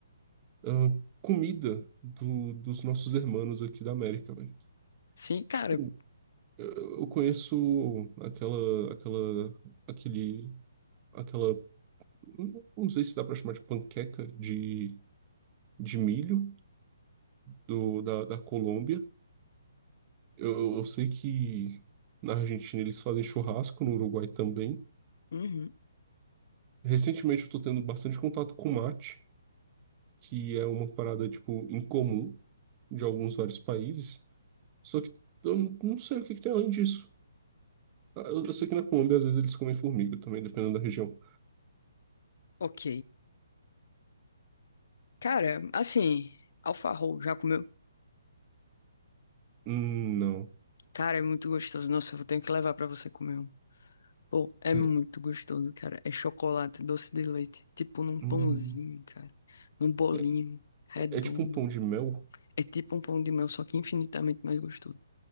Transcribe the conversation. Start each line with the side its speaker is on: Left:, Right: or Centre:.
Right: ah, comida do- dos nossos irmãos aqui da América, velho.
Left: Sim, cara.
Right: Tipo, eu eu conheço aquela, aquela, aquele, aquela, não não sei se dá pra chamar de panqueca de, de milho do, da, da Colômbia. Eu, eu sei que na Argentina eles fazem churrasco, no Uruguai também.
Left: Uhum,
Right: Recentemente eu tô tendo bastante contato com mate, que é uma parada, tipo, incomum de alguns vários países. Só que eu não não sei o que que tem além disso. Ah, Eu, eu sei que na Colômbia às vezes eles comem formiga também, dependendo da região.
Left: ok. Cara, assim, alfarrol, já comeu?
Right: Hum, não.
Left: Cara, é muito gostoso. Nossa, eu tenho que levar pra você comer um. Pô, é
Right: É,
Left: muito gostoso, cara. É chocolate, doce de leite. Tipo num pãozinho,
Right: hum,
Left: cara. Num bolinho
Right: é,
Left: redondo.
Right: é tipo um pão de mel?
Left: É tipo um pão de mel, só que infinitamente mais gostoso.